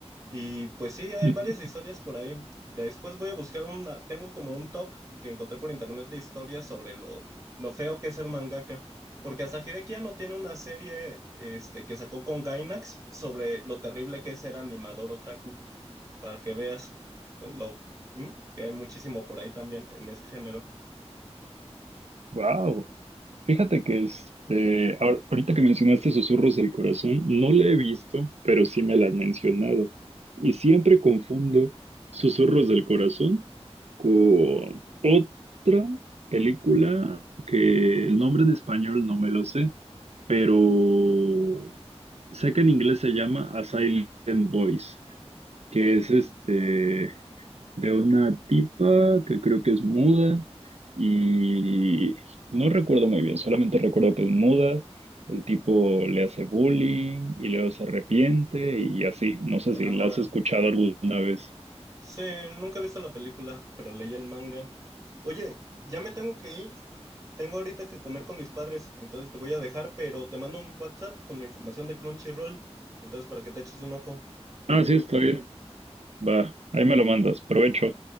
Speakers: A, on the right (about 30°); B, on the right (about 75°).
A: Y pues sí, hay
B: <laughs>
A: varias historias por ahí. Después voy a buscar una, tengo como un top que encontré por internet de historias sobre lo, lo feo que es ser mangaka. Porque Asahi ya no tiene una serie este, que sacó con Gainax sobre lo terrible que es ser animador otaku, para que veas lo, lo- ¿Mm? que hay muchísimo por ahí también en ese género.
B: Wow. Fíjate que este, ahor- ahorita que mencionaste Susurros del Corazón, no la he visto, pero sí me la han mencionado. Y siempre confundo Susurros del Corazón con otra película que el nombre en español no me lo sé, pero sé que en inglés se llama A Silent Voice, que es este de una tipa que creo que es muda y no recuerdo muy bien, solamente recuerdo que es muda, el tipo le hace bullying y luego se arrepiente y así, no sé
A: Te
B: si
A: enamoran.
B: la has escuchado alguna vez.
A: Sí, nunca he visto la película, pero leí el manga. Oye, ya me tengo que ir. Tengo ahorita que comer con mis padres, entonces te voy a dejar, pero te mando un WhatsApp con la información de Crunchyroll, entonces para que te eches un ojo.
B: Ah, sí, está bien, va, ahí
A: Oh,
B: me lo mandas, provecho.